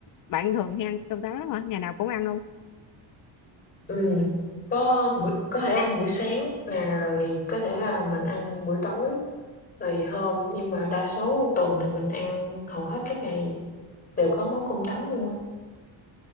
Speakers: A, on the left (about 45°); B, on the left (about 20°).
A: bạn thường hay ăn cơm tấm lắm hả? Ngày nào cũng ăn luôn.
B: Ừm, có bữa có thể ăn buổi sáng nè, rồi có thể là mình ăn buổi tối, tùy hôm, nhưng mà đa số tuần thì mình ăn hầu hết các ngày đều có món cơm tấm luôn á.